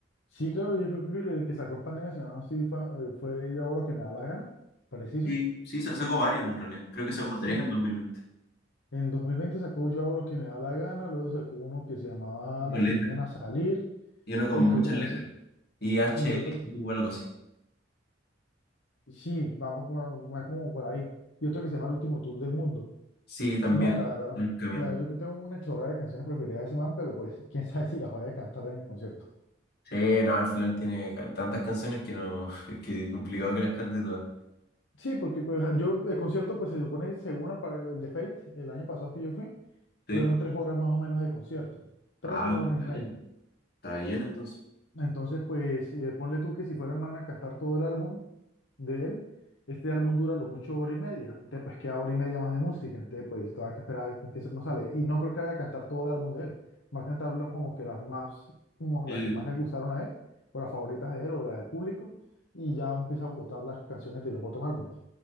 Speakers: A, on the left; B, on the left.
A: sí, claro, yo creo que el que sacó en pandemia, si no, sí, fue, eh, fue Yo hago lo que me da la gana, preciso.
B: Sí, sí, sa- sacó varios en realidad. Creo que
A: Eh,
B: sacó
A: Sí,
B: tres en 2020.
A: en 2020 sacó Yo hago lo que me da la gana, luego sacó uno que se llamaba
B: Pero
A: Las
B: letras.
A: que no iban a salir,
B: Y uno con
A: Y
B: muchas
A: creo que también,
B: letras.
A: es-
B: Y HLU
A: y otro,
B: o algo así.
A: sí, va, como va como por ahí. Y otro que se llama El Último Tour del Mundo.
B: Sí, también.
A: Y no, la verdad,
B: El camión.
A: la, verdad, yo tengo una chorrada de canciones preferidas de ese man, pero pues <laughs> quién sabe si las voy a cantar en el concierto.
B: Sí, no, al final tiene ca- tantas canciones que no, <laughs> que es complicado que las cante todas.
A: Sí, porque pues yo, el concierto, pues se supone, según el, pare- el de Fate, el año pasado que yo fui,
B: Sí.
A: fueron tres horas más o menos de concierto. Tres,
B: Ah,
A: tres horas
B: está
A: y media.
B: bien. Está bien entonces.
A: Entonces, pues eh, ponle tú que si fuera el man a cantar todo el álbum de él, este álbum dura lo mucho hora y media. Entonces, pues queda hora y media más de música. Entonces, pues todavía hay que esperar a ver con qué no sale. Y no creo que vaya a cantar todo el álbum de él. Va a cantarlo como que las más, como
B: Sí,
A: las que más le gustaron a él, o las favoritas de él, o las del público. Y ya empieza a votar las canciones de los otros álbumes.